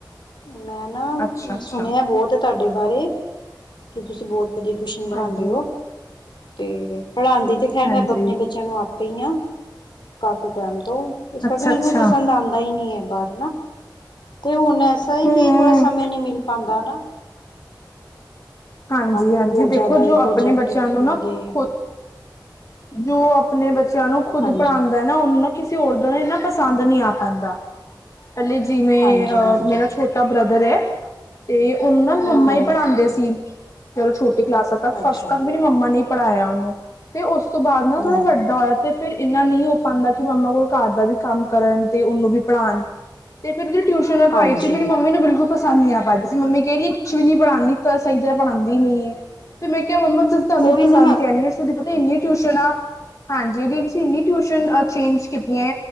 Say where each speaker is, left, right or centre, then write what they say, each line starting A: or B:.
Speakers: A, on the left; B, on the left.
A: ਮੈਂ ਨਾ
B: ਅੱਛਾ ਅੱਛਾ
A: ਸੁਣਿਆ ਬੌਤ ਏ ਤੁਹਾਡੇ ਬਾਰੇ ਕੀ ਤੁਸੀਂ ਬੌਤ ਵਧੀਆ ਟਿਊਸ਼ਨ ਪੜਾਂਦੇ
B: ਹਾਂਜੀ
A: ਓ ਤੇ ਪੜ੍ਹਾਦੀ ਤੇ ਖੈਰ
B: ਹਾਂਜੀ
A: ਮੈਂ ਆਪਣੇ ਬੱਚਿਆਂ ਨੂੰ ਆਪ ਪੇਈਆਂ ਕਾਫੀ ਟਾਈਮ ਤੋਂ, ਇਸ ਕਰਕੇ
B: ਅੱਛਾ
A: ਮੈਨੂੰ
B: ਅੱਛਾ
A: ਕੋਈ ਪਸੰਦ ਆਂਦਾ ਹੀ ਨਹੀਂ ਹੈ ਬਾਰ ਤੇ ਹੁਣ ਐਸਾ ਤਰ੍ਹਾਂ ਏ
B: ਹਮ
A: ਕਿ ਥੋੜਾ ਸਮੇਂ ਨੀ ਮਿਲ ਪਾਦਾ ਹਨਾ
B: ਹਾਂਜੀ-ਹਾਂਜੀ,
A: ਵੀ ਬਹੁਤ
B: ਦੇਖੋ
A: ਜ਼ਿਆਦਾ
B: ਜੋ
A: ਹੈ
B: ਆਪਣੇ
A: ਪ੍ਰੋਜੈਕਟ
B: ਬੱਚਿਆਂ
A: ਵੀ
B: ਨੂੰ
A: ਉਹਨਾਂ
B: ਨਾ
A: ਦੇ
B: ਖੁਦ ਜੋ ਆਪਣੇ ਬੱਚਿਆਂ ਨੂੰ ਖੁਦ
A: ਹਾਂਜੀ
B: ਪੜ੍ਹਾਦਾ ਉਹਨੂੰ ਨਾ ਕਿਸੇ ਹੋਰ ਦਾ ਨਾ ਇਨਾ ਪਸੰਦ ਨੀ ਆ ਪਾਂਦਾ। ਹਲੇ ਜਿਵੇਂ
A: ਹਾਂਜੀ ਹਾਂਜੀ
B: ਮੇਰਾ ਛੋਟਾ ਬ੍ਰਦਰ ਏ। ਤੇ ਉਨੂੰ ਨਾ
A: ਹਮ
B: ਮੰਮਾ
A: ਹਮ
B: ਈ ਪੜ੍ਹਾਂਦੇ ਸੀ ਜਦੋ ਛੋਟੀ ਕਲਾਸਾਂ ਤੱਕ
A: ਅੱਛਾ
B: ਫਸਟ ਤੱਕ ਮੇਰੀ ਮੰਮਾ ਨੇ ਪੜਾਇਆ ਉਹਨੂੰ ਤੇ ਉਸ ਤੋਂ ਬਾਅਦ ਨਾ
A: ਹਮ
B: ਥੋੜਾ ਵੱਡਾ ਹੋਇਆ ਤੇ ਫਿਰ ਇੰਨਾ ਨੀ ਹੋ ਪਾਂਦਾ ਕਿ ਮੰਮਾ ਕੋਲ, ਘਰ ਦਾ ਵੀ ਕੰਮ ਕਰਨ ਤੇ ਉਨੂੰ ਵੀ ਪੜ੍ਹਾਣ ਤੇ ਫਿਰ ਉਹਦੀ ਟਿਊਸ਼ਨ ਰਖਵਾਈ
A: ਹਾਂਜੀ
B: ਸੀ ਮੇਰੀ ਮੰਮੀ ਨੂੰ ਬਿਲਕੁਲ ਪਸੰਦ ਨੀ ਆ ਪਾ ਰਹੀ ਸੀ ਮੰਮੀ ਕਦੀਏ ਕੁਛ ਵੀ ਨੀ ਪੜਾ ਪਾ ਰਹੀ ਤਾਂ ਸਹੀ ਪੜ੍ਹਾਂਦੀ ਨੀ ਫਿਰ ਮੈਂ ਕਿਹਾ ਮੰਮਾ ਤੁਹਾਨੂੰ
A: ਉਹੀ
B: ਪਸੰਦ
A: ਨਾ
B: ਤਾਂ ਆਨੀ ਤੁਸੀਂ ਪਤਾ ਇੰਨੀਆਂ ਟਿਊਸ਼ਨਾਂ ਹਾਂਜੀ ਉਹਦੀ ਅਸੀਂ ਇੰਨੀ ਟਿਊਸ਼ਨ ਚੇਂਜ ਕੀਤੀਆਂ